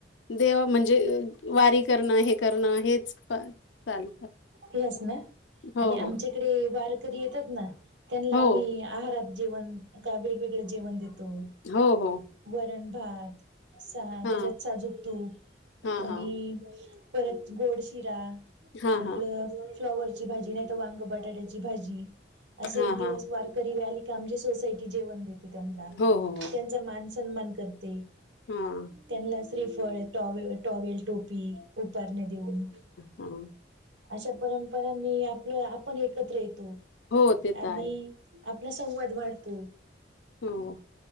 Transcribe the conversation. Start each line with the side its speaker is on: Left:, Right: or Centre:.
Left: देव म्हणजे, वारी करणं. हे करण हेच. <unintelligible>
Right: ह्यास ना.
Left: हो,
Right: आणि
Left: हो.
Right: आमच्याकडे वारकरी येतात ना, त्यांला
Left: हो.
Right: आम्ही आहारात जेवण, का वेगवेगळं जेवण देतो.
Left: हो, हो.
Right: वरण भात सार
Left: हां.
Right: याच्यात साजूक तूप.
Left: हां,
Right: आणि
Left: हां.
Right: परत गोड शिरा.
Left: हां,
Right: आपलं
Left: हां.
Right: फ्लॉवरची भाजी. नाही तर वांग बटाट्याची भाजी. असे
Left: हां,
Right: एक दिवस
Left: हां.
Right: वारकरीला आली की, आमची सोसायटीत जेवण देते त्यांनला.
Left: हो, हो,
Right: त्यांचा मान सन्मान करते.
Left: हा.
Right: त्यांनला श्रीफळ, टॉवे टॉवेल, टोपी, उपारणे देऊन.
Left: हा.
Right: अशा परंपरांनी आपलं आपण एकत्र येतो.
Left: हो ते
Right: आणि
Left: तर आहे.
Right: आपला संवाद वाढतो.
Left: हो.